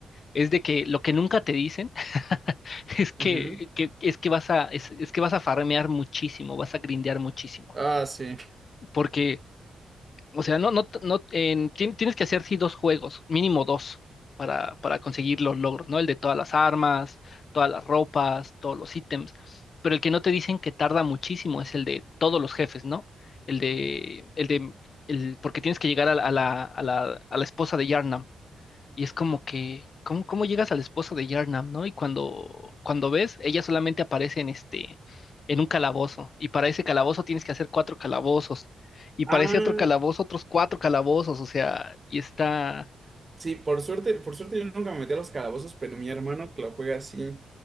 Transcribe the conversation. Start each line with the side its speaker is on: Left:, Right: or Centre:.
Left: es de que lo que nunca te dicen <laughs>
Right: <laughs>
Left: es que,
Right: Ujú.
Left: que- es que vas a, es es que vas a farmear muchísimo, vas a grindear muchísimo.
Right: Ah, sí.
Left: porque, o sea, no, no, no, en- tien- tienes que hacer sí dos juegos, mínimo dos, para, para conseguir los logros, ¿no? El de todas las armas, todas las ropas, todos los ítems, pero el que no te dicen que tarda muchísimo es el de todos los jefes, ¿no? El de, el de, el, porque tienes que llegar a la, a la, a la, a la esposa de Yharnam. Y es como que, ¿cómo, cómo llegas al esposo de Yarnam, no? Y cuando, cuando ves, ella solamente aparece en este, en un calabozo. Y para ese calabozo tienes que hacer cuatro calabozos. Y
Right: Ah.
Left: para ese otro calabozo, otros cuatro calabozos. O sea, y está.
Right: Sí, por suerte, por suerte yo nunca me metí a los calabozos, pero mi hermano que lo juega así.